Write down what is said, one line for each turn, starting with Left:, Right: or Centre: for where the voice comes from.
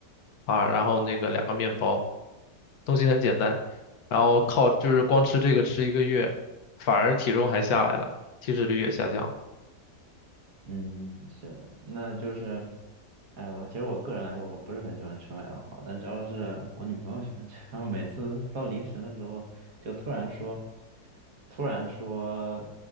Left: 啊，然后那个两个面包，东西很简单，然后靠就是光吃这个吃一个月，反而体重还下来了，体脂率也下降了。
Right: 嗯，是，那就是，哎，我其实我个人来说，我不是很喜欢吃麦当劳，但只要是我女朋友喜欢吃，然后每次到凌晨的时候，就突然说，突然说，